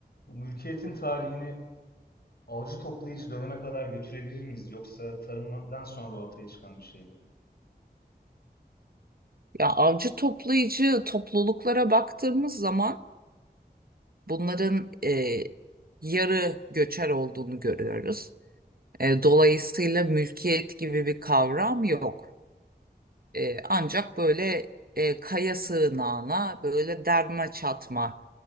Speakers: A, on the left; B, on the right.
A: Bu mülkiyetin tarihini avcı toplayıcı döneme kadar götürebilir miyiz? Yoksa tarımdan sonra ortaya çıkan bir şey mi?
B: Ya avcı toplayıcı topluluklara baktığımız zaman bunların e, yarı göçer olduğunu görüyoruz. E, dolayısıyla mülkiyet gibi bir kavram yok. E, ancak böyle e, kaya sığınağına böyle derme çatma